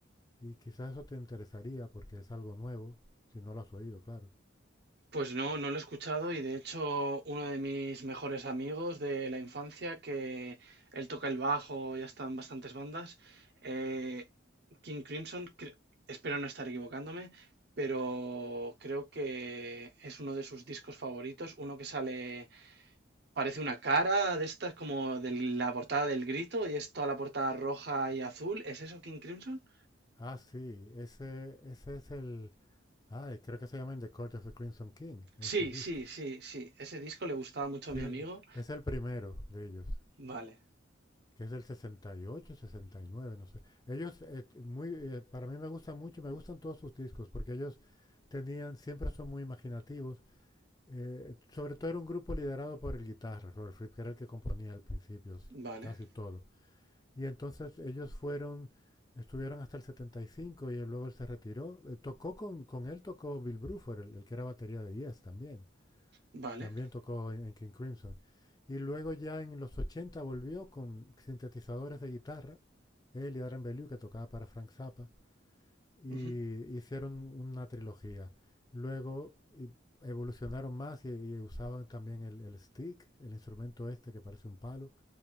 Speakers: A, on the left; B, on the right.
A: y quizás eso te interesaría porque es algo nuevo, si no lo has oído, claro.
B: Pues no, no lo he escuchado y de hecho uno de mis mejores amigos de la infancia, que él toca el bajo, ya está en bastantes bandas, eh, King Crimson, cre- espero no estar equivocándome, pero creo que es uno de sus discos favoritos, uno que sale, parece una cara de estas como de la portada del Grito y es toda la portada roja y azul, ¿es eso King Crimson?
A: Ah, sí, ese, ese es el... Ay, creo que se llama In the Court of the Crimson King, ese
B: Sí,
A: disco.
B: sí, sí, sí, ese disco le gustaba mucho
A: Sí,
B: a mi amigo.
A: es el primero de ellos,
B: Vale,
A: que es del 68, 69, no sé. Ellos, eh, muy, eh, para mí me gustan mucho, me gustan todos sus discos, porque ellos tenían, siempre son muy imaginativos. Eh, sobre todo era un grupo liderado por el guitarra, Robert Fripp, que era el que componía al principio
B: vale,
A: casi todo. Y entonces ellos fueron, estuvieron hasta el setenta y cinco y él luego él se retiró. Eh, tocó con, con él, tocó Bill Bruford, el, el que era batería de Yes también.
B: vale.
A: También tocó en, en King Crimson. Y luego ya en los 80 volvió con sintetizadores de guitarra, él y Adrian Bellew, que tocaba para Frank Zappa, y
B: Ujú.
A: hicieron una trilogía. Luego evolucionaron más y, y usaban también el, el stick, el instrumento este que parece un palo,